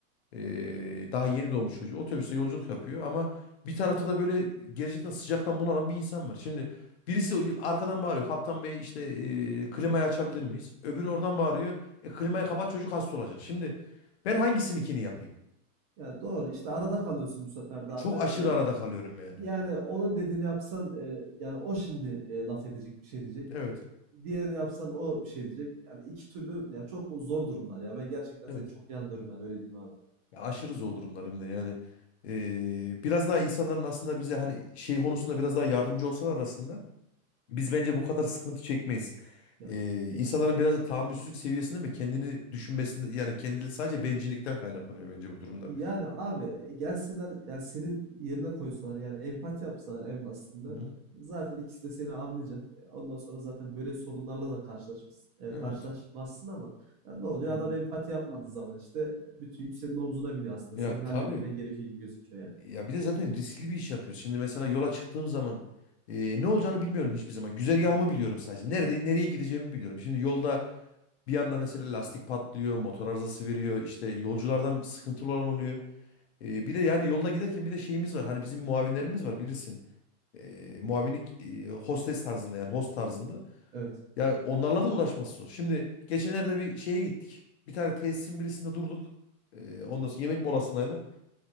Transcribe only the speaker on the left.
Ee, daha yeni doğmuş çocuğu. Otobüste yolculuk yapıyor ama bir tarafta da böyle gerçekten sıcaktan bunalan bir insan var. Şimdi birisi arkadan bağırıyor. Kaptan Bey işte e, klimayı açabilir miyiz? Öbürü oradan bağırıyor. E, klimayı kapat çocuk hasta olacak. Şimdi ben hangisininkini yapayım?
Çok aşırı
arada kalıyorum yani.
Evet.
Evet.
Ya aşırı zor durumlar hem de yani. Ee, biraz daha insanların aslında bize hani şey konusunda biraz daha yardımcı olsalar arasında Biz bence bu kadar sıkıntı çekmeyiz.
Ee, insanların biraz da tahammülsüzlük seviyesinde mi kendini düşünmesinde yani kendi sadece bencillikten kaynaklanıyor bence bu durumlar.
Hı hı.
Evet.
Hı hı.
Ya
tabii.
Ya bir de zaten riskli bir iş yapıyoruz. Şimdi mesela yola çıktığım zaman e, ne olacağını bilmiyorum hiçbir zaman. Güzergahımı biliyorum sadece. Nerede nereye gideceğimi biliyorum. Şimdi yolda bir anda mesela lastik patlıyor, motor arızası veriyor, işte yolculardan sıkıntılı olan oluyor. E, bir de yani yolda giderken bir de şeyimiz var. Hani bizim muavinlerimiz var bilirsin. e, muavinlik e, hostes tarzında yani host tarzında.
Ya onlarla da uğraşması zor. Şimdi geçenlerde bir şeye gittik. Bir tane tesisin birisinde durduk. E, ondan sonra yemek molasındaydık.